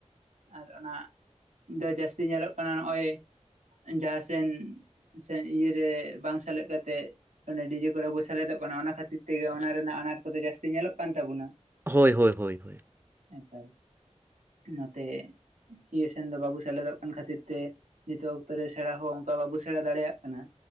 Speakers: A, on the right (about 85°); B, on the right (about 15°).
A: ᱟᱨ ᱚᱱᱟ ᱡᱟ ᱡᱟᱹᱥᱛᱤ ᱧᱮᱞᱚᱜ ᱠᱟᱱᱟ ᱱᱚᱜᱼᱚᱭ ᱡᱟᱦᱟᱸ ᱥᱮᱱ ᱥᱮ ᱤᱭᱟᱹᱨᱮ ᱵᱟᱝ ᱥᱮᱞᱮᱫ ᱠᱟᱛᱮᱜ ᱚᱱᱮ ᱰᱤᱡᱮ ᱠᱚᱨᱮ ᱵᱚ ᱥᱮᱞᱮᱫᱚᱜ ᱠᱟᱱᱟ ᱚᱱᱟ ᱠᱷᱟᱹᱛᱤᱨ ᱛᱮᱜᱮ ᱚᱱᱟ ᱨᱮᱱᱟᱜ ᱟᱱᱟᱴ ᱠᱚᱫᱚ ᱡᱟᱹᱥᱛᱤ ᱧᱮᱞᱚᱜ ᱠᱟᱱ ᱛᱟᱵᱚᱱᱟ
B: ᱦᱳᱭ ᱦᱳᱭ ᱦᱳᱭ ᱦᱳᱭ
A: ᱮᱠᱟᱞ ᱱᱚᱛᱮ ᱤᱭᱟᱹ ᱥᱮᱱ ᱫᱚ ᱵᱟᱵᱚ ᱥᱮᱞᱮᱫᱚᱜ ᱠᱟᱱ ᱠᱷᱟᱹᱛᱤᱨ ᱛᱮ ᱱᱤᱛᱚᱜ ᱚᱠᱛᱚ ᱨᱮ ᱥᱮᱬᱟ ᱦᱚᱸ ᱚᱱᱠᱟ ᱵᱟᱵᱚ ᱥᱮᱬᱟ ᱫᱟᱲᱮᱭᱟᱜ ᱠᱟᱱᱟ